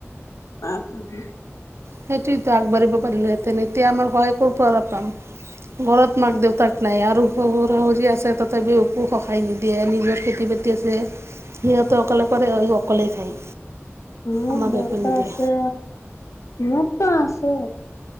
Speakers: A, on the left (about 85°); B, on the right (about 60°).
A: আহ হ হ
B: সেইটোৱেটো আগবাঢ়িব পাৰিলোহেতেন। এতিয়া আমাৰ সহায় কৰ পৰা পাম? ঘৰত মাক দেউতাক নাই আৰু শহুৰ শাহুৰ আছে তথাপিও একো সহায় নিদিয়ে। নিজৰ খেতি বাতি আছে সিহঁতে অকলে কৰে, অকলেই খায়।
A: মোৰ
B: আমাক
A: দেউতা
B: একো নিদিয়ে
A: আছে, মোৰটো আছে।